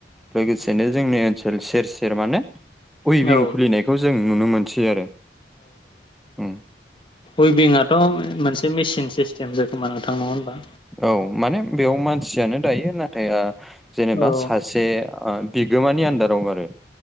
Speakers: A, in the centre; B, on the left.
A: लोगोसेनो जोंनि ओनसोल सेर सेर माने उइभिं
B: औ
A: खुलिनायखौ जों नुनो मोनसै आरो उम
B: उइबिंआथ' मोनसे मेसिन सिस्टेम जखोमा नोंथांनांगो होनबा
A: औ माने बेयाव मानसियानो दायो नाथाय जेनेबा
B: औ
A: सासे
B: औ
A: बे बिगोमानि आन्दाराव आरो।